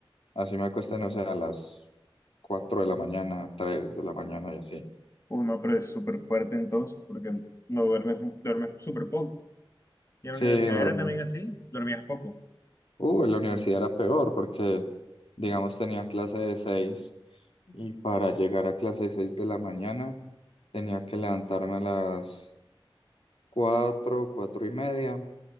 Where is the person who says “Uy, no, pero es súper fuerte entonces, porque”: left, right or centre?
Left